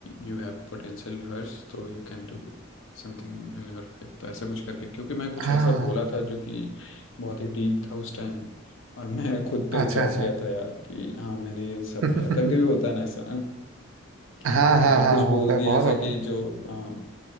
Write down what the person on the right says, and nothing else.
हाँ
अच्छा
अच्छा
<laughs>
हाँ
हाँ
हाँ
होता
है
बहुत
होता